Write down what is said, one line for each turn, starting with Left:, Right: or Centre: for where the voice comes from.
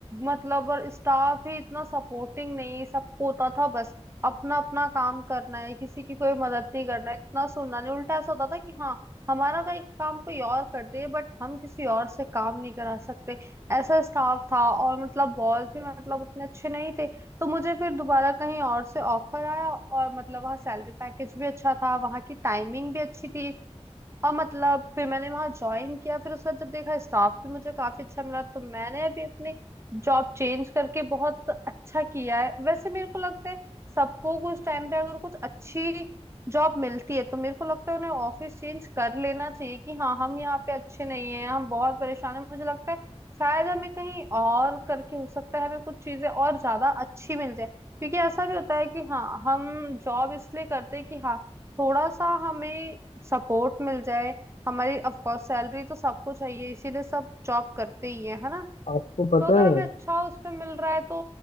Right: मतलब और स्टाफ भी इतना सपोर्टिंग नहीं सबको होता था बस अपना अपना काम करना है किसी की कोई मदद नहीं करना है इतना सुनना नहीं उल्टा ऐसा होता था कि हाँ हमारा का- काम कोई और कर दे बट हम किसी और से काम नहीं करा सकते ऐसा स्टाफ था और मतलब बॉस भी मतलब उतने अच्छे नहीं थे तो मुझे फिर दोबारा कहीं और से ऑफर आया और मतलब वहाँ सैलरी पैकेज भी अच्छा था वहाँ की टाइमिंग भी अच्छी थी और मतलब फिर मैंने वहां ज्वाइन किया फिर उसके बाद जब देखा स्टाफ भी मुझे काफी अच्छा मिला तो मैंने अभी अपनी जॉब चेंज करके बहुत अच्छा किया है वैसे मेरे को लगता है सबको कुछ टाइम पे अगर कुछ अच्छी जॉब मिलती है तो मेरे को लगता है उन्हें ऑफिस चेंज कर लेना चाहिए कि हाँ हम यहाँ पे अच्छे नहीं हैं हम बहुत परेशान हैं मुझे लगता है शायद हमें कहीं और करके हो सकता है हमें कुछ चीजें और ज्यादा अच्छी मिल जाए क्योंकि ऐसा भी होता है कि हाँ हम जॉब इसलिए करते हैं कि हाँ थोड़ा सा हमें सपोर्ट मिल जाए हमारी ऑफ कोर्स सैलरी तो सबको चाहिए इसीलिए सब जॉब करते ही है है ना
Left: आपको पता
Right: तो अगर
Left: है
Right: हमें अच्छा उस पे मिल रहा है तो